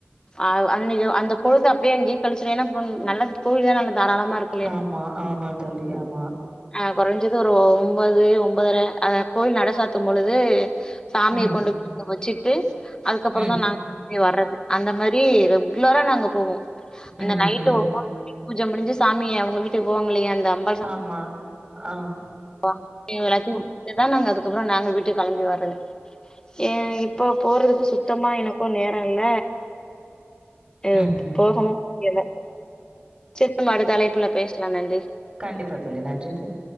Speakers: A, on the left (about 15°); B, on the right (about 25°).
A: அ அன் அந்த பொழுத அப்டியே அங்கயே கழிச்சிட்டனா என்ன பன் நல்ல கோவில நல்ல தாராளமா இருக்கும்
B: ஆமா ஆமா தோழி ஆமா
A: அ கொறஞ்சது ஒரு ஒன்பது ஒன்பதுர அ கோவில் நட சாத்தும் பொழுது சாமிய
B: ம்.
A: கொண்டு போயி அங்க வெச்சிட்டு அதுக்கு அதுகப்புறோ
B: ம்.
A: தா நாங்க திரும்பி வர்றது அந்த மாரி ரெகுலரா நாங்க போவோ இந்த
B: ம்,
A: நைட்டு
B: ம்.
A: போயிட்டு ஒம்போது மணி பூஜ முடிஞ்சி சாமிய அவுங்க வீட்டுக்கு போவாங்க இல்லையா அந்த அம்
B: ஆமா ஆம்
A: போவாங் எல்லாத்தையு முடிச்சிட்டுதா நாங்க அதுக்கு அப்றோ நாங்க வீட்டு கெளம்பி வர்றது ஏ இப்போ போறதுக்கு சுத்தமா எனக்கு நேரோ இல்ல ஏ
B: ம்.
A: போகவு முடியல சித்தமருத்து தலைப்புல லபேசலாம் நன்றி
B: கண்டிப்பா தோழி நன்றி தோழி